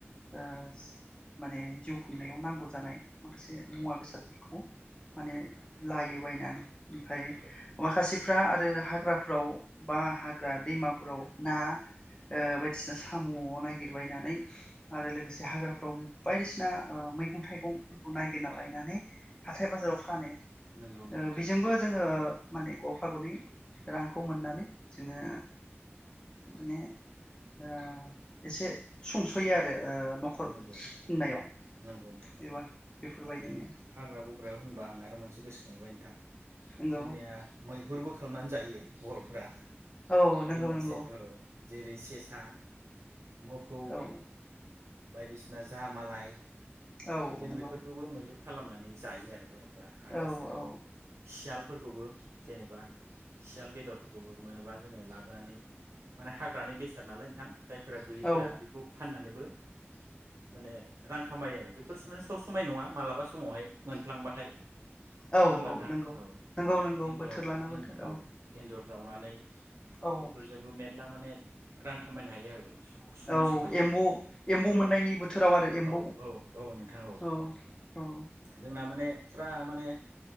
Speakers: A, on the left (about 20°); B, on the right (about 80°).
A: ओ माने जिउ खुंनायाव नांगौ जानाय माखासे
B: नंगौ
A: मुवा
B: नोंथां
A: बेसादफोरखौ माने
B: नंगौ नोंथां
A: लायो बायनानै ओमफ्राय
B: नंगौ
A: माखासेफ्रा
B: नंगौ
A: आरो हा ग्राफोराव बा हाग्रा दैमाफोराव ना ओ बायदिसिना साम' नायगिरबायनानै आरो लोगोसे हाग्राफ्राव बायदिसिना ओ मैगं थाइगंफोरखौ नायगिरना लायनानै हाथाय बाजाराव फानो
B: नंगौ नोंथां
A: ओ बेजोंबो जोङो ओ माने गरफा गनै रांखौ मोननानै जोङो माने ओ एसे सुंस'यो आरो ओ न'खर
B: नोंगौ
A: खुंनायाव
B: नोंगौ नोंथां।
A: एबा बेफोरबायदिनो
B: दा नों हाग्रा बग्रायाव होनबा आं आरो मोनसे गोसोखांबाय नोंथां
A: नंगौ
B: जोंनिया मै हुरबो खालामनानै जायो बर'फोरा।
A: औ नंगौ
B: बे मोनसे
A: नंगौ
B: औ जेरै सेसा, मोफौ,
A: औ
B: बायदिसिना जाहा मालाय
A: औ
B: जों
A: नंगौ
B: बेफोरखौबो मैहुर खालामनानै जायो आरो बर' फोरा। आरो
A: औ
B: सोरबा
A: औ
B: सियाल फोरखौबो जेनेबा सियाल बेदरफोरखौबो मोनोबा जोङो लाबोनानै माने हाग्रानि बेसाद नालाय नोंथां जायफोरा गैयैफोरा
A: औ
B: बेखौ फाननानै बो माने रां खामायो आरो बेफोरसो माने सब समाय नङा मालाबा समावहाय मोनफ्लांबाथाय।
A: औ औ
B: नङा होमबा नोंथां?
A: नंगौ
B: औ
A: नंगौ नंगौ
B: एन्जर
A: बोथोर लाना बोथोर
B: औ एन्जर जावनानै
A: औ
B: बेफोरजोंबो मे ल्ला माने रां खामायनो हायो आरो समाय
A: औ
B: समाय
A: एम्बु एम्बौ
B: औ
A: मोननायनि बोथोराव आरो एम्बौ
B: औ औ नोंथां
A: औ औ।
B: जोंना माने फुरा माने